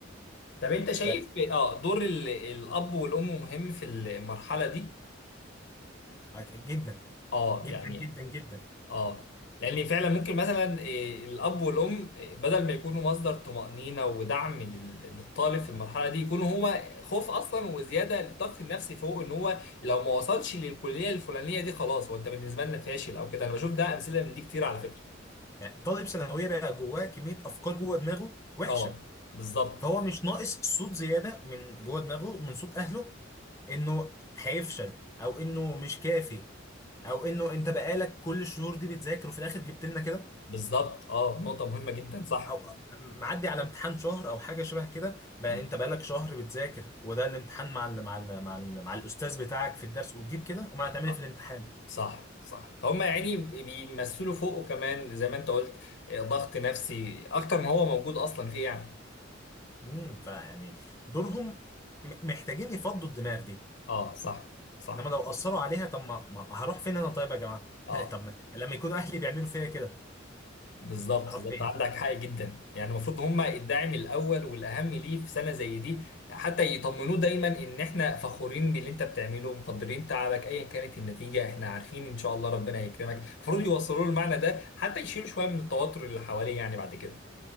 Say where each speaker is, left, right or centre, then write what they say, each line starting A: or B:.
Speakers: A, on the left (about 65°); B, on the left (about 15°).
A: طب انت شايف
B: ف
A: اه دور ال- الاب والام مهم في المرحله دي
B: جدا
A: اه
B: جدا
A: يعني
B: جدا جدا
A: اه لان فعلا ممكن مثلا إيه، الاب والام إيه، بدل ما يكونوا مصدر طمأنينة ودعم لل- للطالب في المرحله دي يكونوا هما خوف اصلا وزياده للضغط النفسي فوق ان هو لو ما وصلش للكليه الفلانيه دي خلاص هو انت بالنسبه لنا فاشل او كده انا بشوف ده امثله من دي كتير على فكره
B: يعني طالب ثانويه بقى جواه كميه افكار جوه دماغه وحشه
A: اه بالظبط
B: فهو مش ناقص صوت زياده من جوه دماغه من صوت اهله انه هيفشل او انه مش كافي او انه انت بقالك كل الشهور دي بتذاكر وفي الاخر جبت لنا كده
A: بالظبط اه نقطه مهمه جدا صح
B: او معدي على امتحان شهر او حاجه شبه كده بقى
A: مم.
B: انت بقالك شهر بتذاكر وده الامتحان مع ال مع ال مع, ال مع الاستاذ بتاعك في الدرس وتجيب كده امال هتعمل
A: آه،
B: ايه في الامتحان
A: صح صح فهم يعني بيمثلوا فوقه كمان زي ما انت قلت إيه، ضغط نفسي اكتر ما هو موجود اصلا فيه يعني
B: امم فيعني دورهم م- محتاجين يفضوا الدماغ دي
A: اه صح صح
B: انما لو اثروا عليها طب ما ما هروح فين انا طيب يا جماعه
A: اه
B: <laughs> طب ما- لما يكونوا اهلي بيعملوا فيا كده
A: بالظبط
B: اروح
A: بالظبط
B: فين
A: عندك حق جدا يعني المفروض هم الداعم الاول والاهم ليه في سنه زي دي حتى يطمنوه دايما ان احنا فخورين باللي انت بتعمله مقدرين تعبك ايا كانت النتيجه احنا عارفين ان شاء الله ربنا هيكرمك المفروض يوصلوا له المعنى ده حتى يشيلوا شويه من التوتر اللي حواليه يعني بعد كده